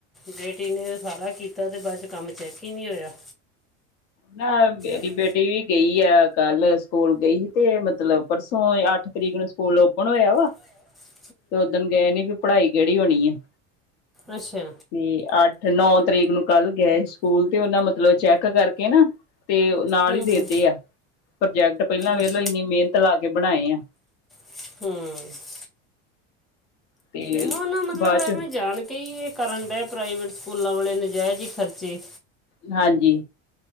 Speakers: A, in the centre; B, on the left (about 90°).
A: ਬੇਟੀ ਨੇ ਸਾਰਾ ਕੀਤਾ ਤੇ ਬਾਅਦ ਚੋਂ ਕੰਮ ਚੈੱਕ ਹੀ ਨਹੀਂ ਹੋਇਆ
B: ਨਾ ਮੇਰੀ
A: ਕਿ
B: ਬੇਟੀ ਵੀ ਗਈ ਆ ਕੱਲ ਸਕੂਲ ਗਈ ਸੀ ਤੇ ਮਤਲਬ ਪਰਸੋਂ ਅੱਠ ਤਰੀਗਣ ਸਕੂਲ ਓਪਨ ਹੋਇਆ ਵਾ
A: <inaudible>
B: ਉਸ ਦਿਨ ਗਏ ਨੀ ਵੀ ਪੜ੍ਹਾਈ ਕਿਹੜੀ ਹੋਣੀ ਹੈ।
A: ਅੱਛਾ।
B: ਤੇ ਅੱਠ ਨੌ ਤਰੀਕ ਨੂੰ ਕੱਲ ਗਏ ਸਕੂਲ ਤੇ ਉਹਨਾ ਮਤਲਬ ਚੈੱਕ ਕਰਕੇ ਨਾ ਤੇ ਨਾਲ
A: ਹੂੰ
B: ਹੀ ਦੇ
A: ਹੂੰ
B: ਤੇ ਆ ਪ੍ਰੋਜੈਕਟ ਪਹਿਲਾਂ ਵੇਲੋ
A: ਅੱਛ
B: ਇੰਨੀ ਮਿਹਨਤ ਲਾ ਕੇ ਬਣਾਏ ਆ
A: ਹੂੰ,,,
B: ਤੇ
A: ਇਹੋ ਨਾ ਮਤਲਬ
B: ਬਾਅਦ
A: ਐਵੇਂ
B: ਚ
A: ਜਾਣ ਕੇ ਹੀ- ਕਰਨ ਡ ਪ੍ਰਾਈਵੇਟ ਸਕੂਲਾਂ ਵਾਲੇ ਨਜਾਇਜ਼ ਹੀ ਖਰਚੇ।
B: ਹਾਂਜੀ,